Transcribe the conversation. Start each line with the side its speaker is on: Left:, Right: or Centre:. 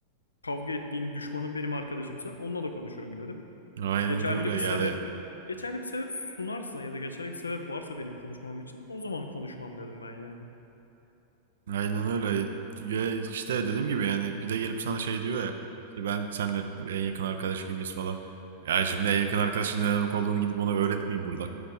Left: Kavga ettiğin düşmanın benim arkadaşımsa onunla da konuşurum dedim.
Right: Aynen
Left: Geçerli
Right: öyle
Left: bir sebep
Right: yani
Left: geçerli bir sebep sunarsa ya da geçerli bir sebep varsa benim konuşmam için o zaman konuşmam dedim ben yani.
Right: aynen öyle ya işte dediğim gibi yani bir de gelip sana şey diyor ya işte ben seninle en yakın arkadaş gibiyiz falan. Ya şimdi en yakın arkadaşın ne demek olduğunu gidip ona öğretmeyeyim burada.